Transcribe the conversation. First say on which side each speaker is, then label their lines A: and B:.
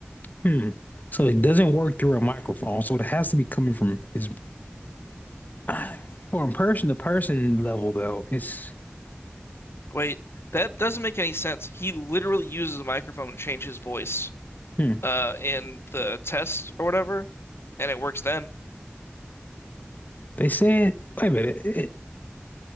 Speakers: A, on the left; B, on the left.
A: Hmm. So it doesn't work through a microphone. So it has to be coming from his <sighs> from person to person level though. It's
B: Wait, that doesn't make any sense. He literally uses a microphone to change his voice
A: hmm.
B: uh in the test or whatever, and it works then.
A: They said wait a minute. It,